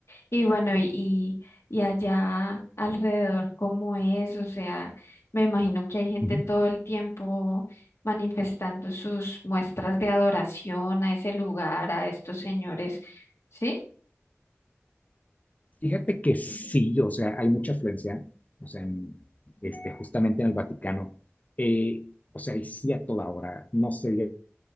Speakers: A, on the left (about 75°); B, on the left (about 35°).
A: Y bueno, y, y, y allá alrededor, ¿cómo es? O sea, me imagino que hay gente
B: Uh -huh.
A: todo el tiempo manifestando sus muestras de adoración a ese lugar, a estos señores. ¿Sí?
B: Fíjate que sí, o sea, hay mucha afluencia, o sea, en, este, justamente en el Vaticano, eh, o sea, y sí a toda hora, no sé,